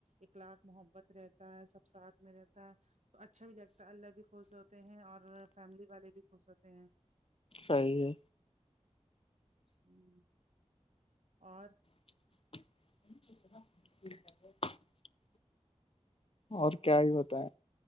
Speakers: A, on the right; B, on the left.
A: اکلاق محبت رہتا ہے سب ساتھ میں رہتا ہے تو اچھا بھی لگتا اللہ بھی خوش ہوتے ہیں اور فیملی والے بھی خوش ہوتے ہیں
B: صحی ہے
A: ہ اور
B: سہی اور کیا ہی ہوت ہے